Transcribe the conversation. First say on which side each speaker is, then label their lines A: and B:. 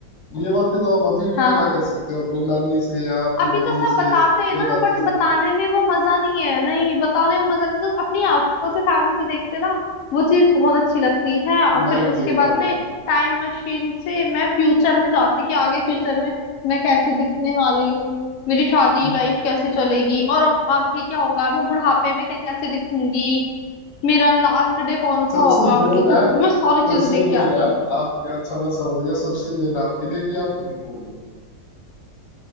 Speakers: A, on the left; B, on the left.
A: ये बातें तो आप अभी भी
B: हाँ
A: पता कर सकते हो अपने नानी से या अपनी
B: अभी
A: मम्मी
B: तो सब
A: से
B: बताते
A: या
B: हैं ना
A: दादी
B: बट बताने
A: से
B: में वो मजा नहीं है नहीं बताने में मजा नहीं तो अपनी आंखों से सामने से देखते ना वो चीज बहुत अच्छी लगती है और
A: लाइव
B: फिर उसके
A: देखना
B: बाद
A: आपको
B: में टाइम मशीन से मैं फ्यूचर में चाहती कि आगे फ्यूचर में मैं कैसी दिखने वाली हूँ मेरी शादी
A: हम्म,
B: लाइफ कैसे चलेगी और अब आगे क्या होगा मैं बुढ़ापे में कैसे दिखूंगी मेरा लास्ट डे कौन सा
A: सबसे
B: होगा
A: मेन
B: मतलब धरती
A: है
B: में मैं सारी चीजें
A: सबसे
B: देख
A: मेन
B: के आती
A: है आपके अच्छा मैं समझ गया सबसे मेन आपके लिए कि आप दिखोगे